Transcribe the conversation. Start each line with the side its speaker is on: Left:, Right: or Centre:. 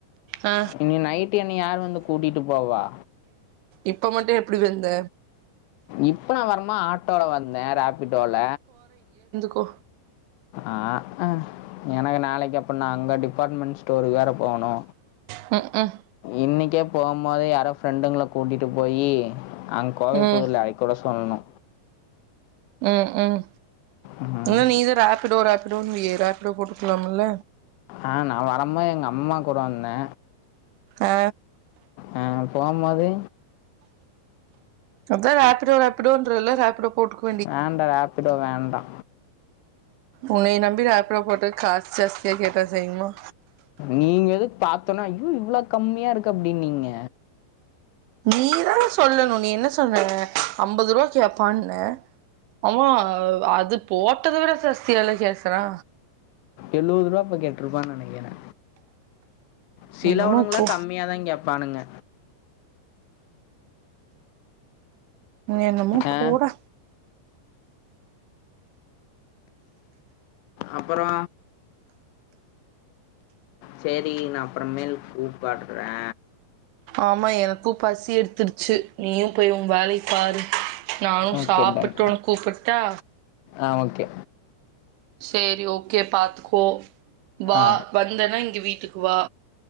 Right: ஆ
Left: இங்க நைட்டு என்ன யாரு வந்து கூட்டிட்டு போவா?
Right: இப்ப மட்டு எப்டி வெந்த
Left: இப்ப நா வரும் ம ஆட்டோடல வந் நேர ஆப்பிட்டோல
Right: ஒ
Left: ஆ அ எனக்கு நாளைக்கு அப்ப நா அங்க டிபார்ட்மென்ட் ஸ்டோருகு வேற போவணு
Right: ம் ம்
Left: இன்னைக்கே போவும்போதே யாரோ ஃப்ரெண்டுங்கள கூட்டிட்டு போயி அங் கோவை
Right: ம்
Left: புதூல <unintelligible> சொல்ணு
Right: ம் ம்
Left: ம்.
Right: இல்ல நீதா ரேப்பிடோ ரேப்பிடோன்னுவியே ரேப்பிடோ போட்ருக்கலாமுல்ல
Left: ஆ நா வரம்மோ எங்கம்மா கூட வந்தே
Right: ஆ
Left: ஆ போம்மோது
Right: அதா ரேப்பிடோ ரேப்பிடோன்றல்ல ரேப்பிடோ போட்டுக்க
Left: வேண்டா ரேப்பிடோ வேண்டா
Right: ஒன்னைய நம்பி ரேப்பிடோ போட்டதுக் காசு ஜாஸ்தியா கேட்டா செய்யும்மா
Left: நீங்க எதுக் பாத்தோனா ஐயோ இவ்ள கம்மியா இருக்கு அப்டின்னீங்க
Right: நீதா சொல்லணு நீ என்ன சொன்ன அம்பது ருவா கேப்பான்ன ஆமா அது போட்டது விட ஜாஸ்தியல்ல கேக்குரா
Left: எழுவது ருவா அப்ப கேட்ருப்பான் நெனக்கிறே சிலவுனுங்ளா
Right: என்னமோ போ
Left: கம்மியாதா கேப்பானுங்க
Right: என்னமோ
Left: ஆ
Right: போடா
Left: அப்பறோ சேரி நா அப்பறமேல் கூப்பட்றே
Right: ஆமா எனக்கு பசி எடுத்துருச்சு நீயு போய் உ வேலைய பாரு நானு
Left: ஓகே
Right: சாப்புட்டு
Left: டன்
Right: ஒனக் கூப்புட் டா
Left: ஆ ஓகே
Right: சேரி ஓகே பாத்துக்கோ வா
Left: ஆ
Right: வந்தன்னா இங்க வீட்டுக்கு வா